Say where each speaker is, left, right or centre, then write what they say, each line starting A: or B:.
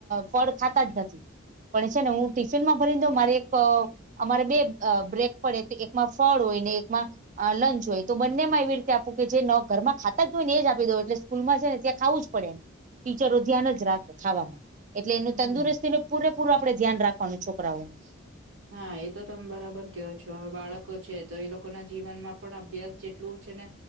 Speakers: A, on the right; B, on the right.
A: ફળ ખાતા જ નથી. પણ છે ને હું ટિફિન માં ભરી દઉ મારી એક અ અમારે બે અ બ્રેક પડે તો એકમાં ફળ હોય ને એકમાં હ લંચ હોય તો બંને માં એવી રીતે આપું કે જે ઘરમાં ન ખાતા જ હોય ને એ જ આપીઉ એટલે સ્કૂલમાં છે નેયાં ખાવું જ પડે. ચરો ધ્યાન જ રાખે ખાવામાં એટલે એનું
B: હમ.
A: તંદુરસ્તીને પૂરેપૂરું આપડે ધ્યાન રાખવાનું છોકરાઓનું.
B: <inaudible> હા એ તો તમે બરાબર કહો છો હવે બાળકો છે તો એ લોકો ના જીવનમાં પણ અભ્યાસ જેટલું છે ને